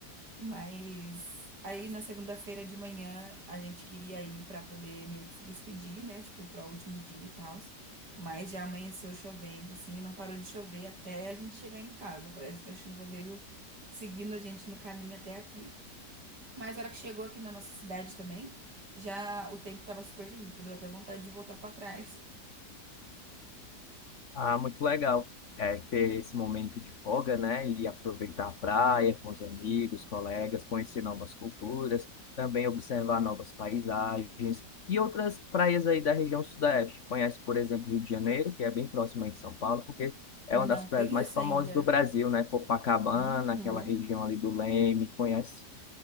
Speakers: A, on the right (about 70°); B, on the left (about 50°).
A: Mas aí na segunda-feira de manhã, a gente queria ir pra poder meio que se despedir, né? Tipo, para o último dia e tal. Mas já amanheceu chovendo, assim, e não parou de chover até a gente chegar em casa. Parece que a chuva veio seguindo a gente no caminho até aqui. Mas na hora que chegou aqui na nossa cidade também, já o tempo tava super limpo. Deu até vontade de voltar pra trás.
B: Ah, muito legal. É, ter esse momento de folga, né? E aproveitar a praia com os amigos, colegas, conhecer novas culturas, também observar novas paisagens e outras praias aí da região sudeste. Conhece, por exemplo, Rio de Janeiro, que é bem próximo aí de São Paulo, porque é
A: Não
B: uma das praias
A: conheço
B: mais famosas
A: ainda.
B: do Brasil, né? Copacabana,
A: Uhum.
B: aquela região ali do Leme, conhece?